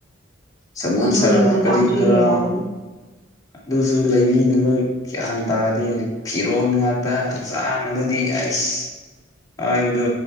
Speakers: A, on the left (about 20°); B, on the right (about 55°).
A: ꯁꯒꯣꯜ
B: ꯑꯗꯨꯒꯤ
A: ꯁꯔꯥ
B: ꯃꯇꯝꯁꯨ
A: ꯀꯔꯤ ꯀꯔꯥ
B: ꯌꯧꯒꯅꯤ
A: ꯑꯗꯨꯁꯨ ꯂꯩꯕꯤꯅꯕ ꯒ꯭ꯌꯥꯟ ꯇꯥꯔꯗꯦ ꯐꯤꯔꯣꯟꯜ ꯉꯥꯛꯇ ꯆꯥꯅꯕꯗꯤ ꯑꯩꯁ ꯑꯕꯗꯨ